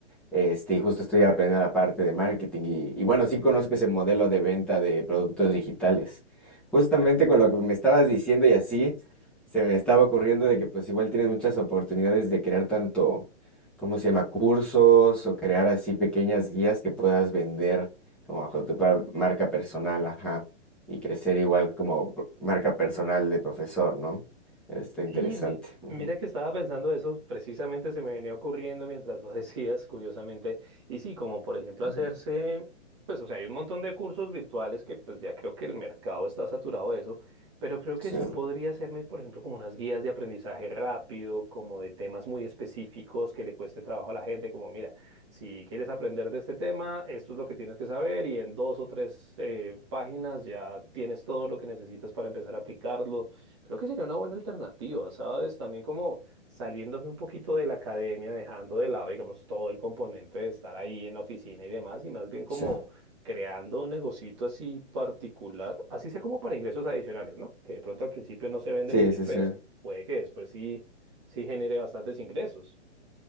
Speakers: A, in the centre; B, on the right (about 25°).
A: Este, y justo estoy aprendiendo la parte de marketing y, y bueno, sí conozco ese modelo de venta de productos digitales. Justamente con lo que me estabas diciendo y así, se me estaba ocurriendo de que pues igual tienes muchas oportunidades de crear tanto, ¿cómo se llama? Cursos o crear así pequeñas guías que puedas vender como bajo tu par- marca personal, ajá, y crecer igual como pr- marca personal de profesor, ¿no? Está interesante.
B: Sí, mi- mira
A: Ujú,
B: que estaba pensando eso, precisamente se me venía ocurriendo mientras lo <laughs> decías, curiosamente. Y sí, como por ejemplo
A: ujú.
B: hacerse, pues o sea, hay un montón de cursos virtuales que pues ya creo que el mercado está saturado de eso, pero creo que
A: Sí,
B: sí podría hacerme, por ejemplo, como unas guías de aprendizaje rápido, como de temas muy específicos que le cueste trabajo a la gente, como mira, si quieres aprender de este tema, esto es lo que tienes que saber y en dos o tres eh, páginas ya tienes todo lo que necesitas para empezar a aplicarlo Creo que sería una buena alternativa, ¿sabes? También como saliéndome un poquito de la academia, dejando de lado, digamos, todo el componente de estar ahí en la oficina y demás, y más bien como
A: sí.
B: creando un negocito así particular, así sea como para ingresos adicionales, ¿no? Que de pronto al principio no se vende
A: Sí,
B: mucho,
A: sí,
B: pero
A: sí.
B: puede que después sí, sí genere bastantes ingresos.